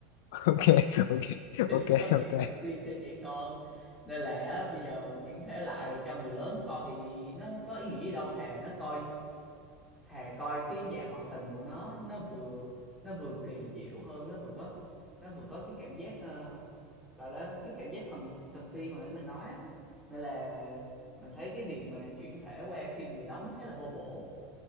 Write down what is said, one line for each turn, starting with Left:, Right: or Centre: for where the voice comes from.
Left: ok ok
Centre: <laughs> những
Left: ok
Centre: câu
Left: ok
Centre: chuyện thần tiên cho trẻ con nên là á, bây giờ mà chuyển thể lại rồi cho người lớn coi thì nó có ý nghĩa gì đâu thà nó coi thà coi cái dạng hoạt hình của nó nó vừa nó vừa kỳ diệu hơn nó vừa có nó vừa có cái cảm giác ờ, gọi là cái cảm giác thần thần tiên hồi nãy mình nói á nên là mình thấy cái việc mà chuyển thể qua phim người đóng nó khá là vô bổ